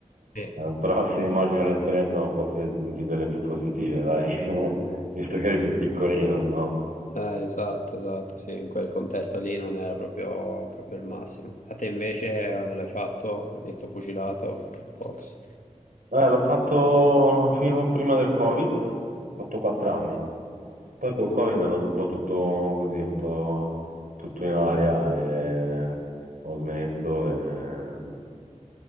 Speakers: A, on the left; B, on the right.
A: Sì.
B: però sì, immagino l'esperienza non fosse di quelle più positive, dai, <laughs> visto che eri più piccolino, no?
A: Eh, esatto, esatto, sì, in quel contesto lì non era proprio, proprio il massimo. A te invece, quando l'hai fatto, hai detto pugilato, kickbox,
B: Eh, l'ho fatto fino prima del Covid, ho fatto 4 anni, poi col Covid è andato un po' tutto così, un po' tutto in aria e ho smesso. E...